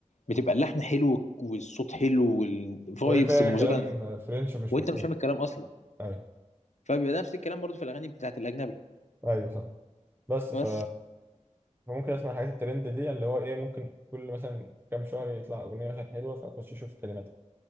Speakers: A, on the left; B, on the right.
A: بتبقى اللحن حلو والصوت حلو والفايبس
B: وهي فيها
A: الموسيقى
B: كلام فرنش مش
A: وانت
B: مفهوم
A: مش فاهم الكلام اصلا
B: ايوه
A: فبيبقى نفس الكلام برضو في الاغاني بتاعت الاجنبي
B: ايوه صح بس
A: بس
B: ف فممكن اسمع حاجات الترند دي اللي هو ايه ممكن كل مثلا كام شهر يطلع اغنيه مثلا حلوه فاخش اشوف كلماتها